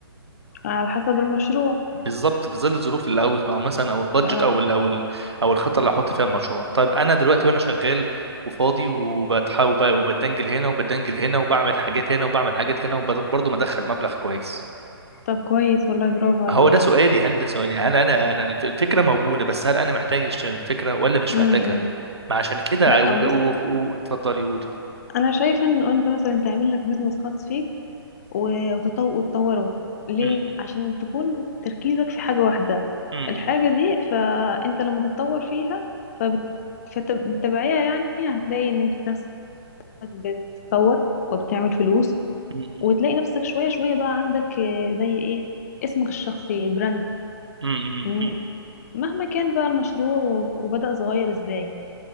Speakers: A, on the left (about 35°); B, on the right (about 85°).
A: على حسب المشروع
B: بالظبط في ظل الظروف اللي عاوز او مثلا او البادجت
A: اه
B: او ال او ال او الخطه اللي هحط فيها المشروع طيب انا دلوقتي وانا شغال وفاضي وبتحاول وب- وبدنجل هنا وبدنجل هنا وبعمل حاجات هنا وبعمل حاجات هنا وبرضه مدخل مبلغ كويس
A: طب كويس والله برافو
B: ما
A: عليك
B: هو ده سؤالي هل ده سؤالي هل انا انا الف- الفكره موجوده بس هل انا محتاج أشتري الفكره ولا مش
A: امم
B: محتاجها ما عشان كده
A: لا
B: و-
A: بص
B: و- و- اتفضلي قولي
A: انا شايفة ان انت مثلا تعمل لك بيزنس خاص فيك و- وتطو- وتطوره ليه
B: م-
A: عشان تكون تركيزك في حاجة واحدة
B: م- م-
A: الحاجة دي فأنت لما تتطور فيها فبت... فبالتبعية يعني هتلاقي إن نفسك بتتطور وبتعمل فلوس
B: م-
A: وتلاقي نفسك شوية شوية بقى عندك آه، زي إيه اسمك الشخصي البراند
B: م-
A: م- مهما كان بقى المشروع و- وبدأ صغير إزاي